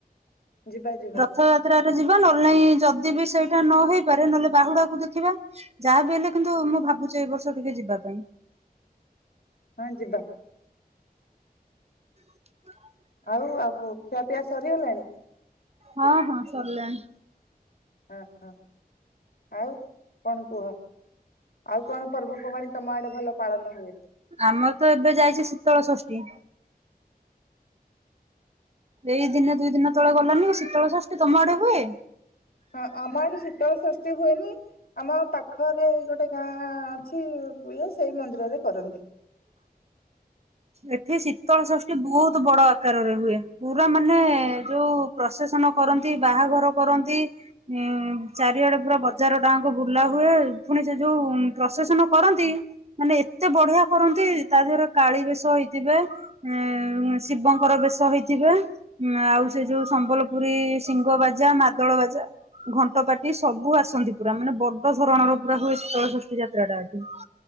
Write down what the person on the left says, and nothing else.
ଯିବା ଯିବା।
ହଁ ଯିବା।
ଆଉ ଆଉ ଖିଆପିଆ ସରିଗଲାଣି?
ହଁ ହଁ ଆଉ କଣ କୁହ? ଆଉ କଣ ପର୍ବପର୍ବାଣି ତମ ଆଡେ ଭଲ ପାଳନ ହୁଏ?
ହଁ ଆମ ଆଡେ ଶୀତଳ ସଷ୍ଠି ହୁଏନି! ଆମ ଗାଁ ପାଖରେ ଗୋଟେ ଗାଁ ଅଛି ଇଏ ସେଇ ମନ୍ଦିରରେ କରନ୍ତି।